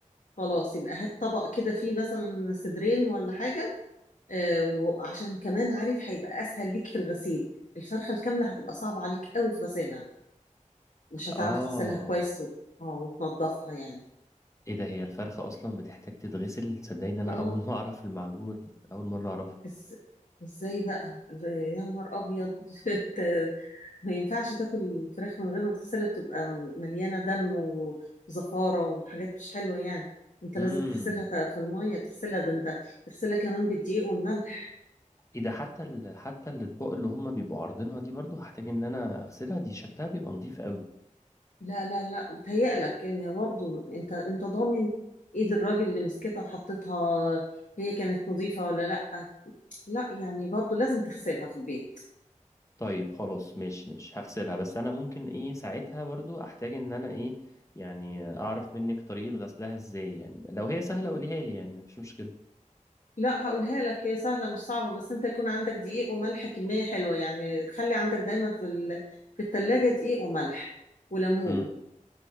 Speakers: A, on the left; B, on the left.
A: خلاص يبقى هات طبق كده فيه مثلا صدرين ولا حاجه آه وعشان كمان عارف هيبقى اسهل ليك في الغسيل الفرخه الكامله هتبقى صعبه عليك قوي في غسيلها مش هتعرف
B: آه
A: تغسلها كويس و... اه وتنضفها يعني
B: إيه ده هي الفرخة أصلا بتحتاج تتغسل صدقني أنا
A: اه
B: أول <laughs> ما أعرف المعلومة دي أول مرة أعرفها
A: بس ازاي بقى إزاي؟ يا نهار ابيض <laughs> انت ما ينفعش تاكل الفراخ من غير ما تغسلها بتبقى مليانة دم وزفارة وحاجات مش حلوة يعني انت
B: امم
A: لازم تغسلها ط- في المية تغسلها ده انت تغسلها كمان بالدقيق والملح
B: إيه ده حتى ال... حتى الأطباق اللي هما بيبقوا عارضينها دي برضو هحتاج إن أنا أغسلها دي شكلها بيبقى نضيف قوي
A: لا لا لا بتهيألك يعني برضه انت انت ضامن ايد الراجل اللي مسكتها وحطيتها هي كانت نظيفة ولا لا لا يعني برضه لازم تغسلها في البيت
B: طيب خلاص ماشي ماشي هغسلها بس أنا ممكن إيه ساعتها برضو أحتاج إن أنا إيه يعني أعرف منك طريقة غسلها إزاي يعني لو هي سهلة قوليها لي يعني مفيش مشكلة
A: لا هقولها لك هي سهلة مش صعبة بس انت يكون عندك دقيق وملح كمية حلوة يعني خلي عندك دايما في ال... في التلاجة دقيق وملح وليمون
B: امم